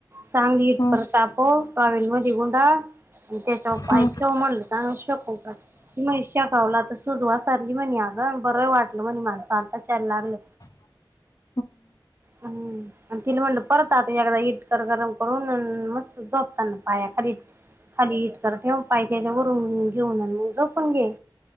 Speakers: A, on the right; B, on the left.
A: चांगली इटकर
B: हा
A: तापव. टॉवेल मधे गुंडाळ. आणि त्याच्यावर पाय
B: हा
A: ठेव म्हणलं. चागलं शेकुन काढ. म शेकावला तर सूज ओसरली म्हणे अगं बरं वाटलं म्हणे मला चालताच यायला लागलं.
B: <inaudible>
A: हम्म. मंग तिला म्हणलं परत आता एकदा इटकर गरम करून अन मस्त झोपताना पाया खाली- खाली हिट करते पाय त्याच्यावरून घेऊन म, म झोप पण घे,